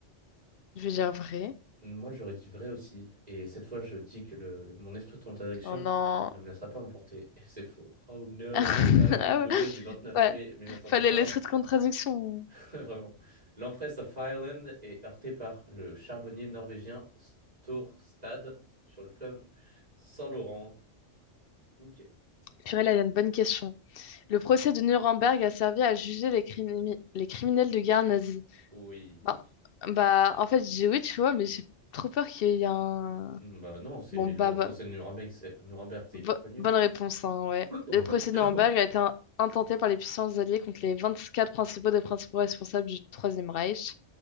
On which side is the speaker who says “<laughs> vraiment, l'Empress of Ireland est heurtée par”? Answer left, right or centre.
Right